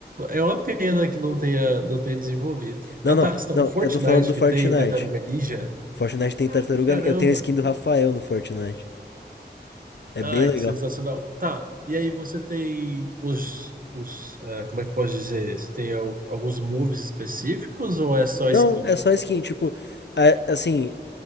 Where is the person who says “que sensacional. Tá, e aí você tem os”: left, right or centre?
Right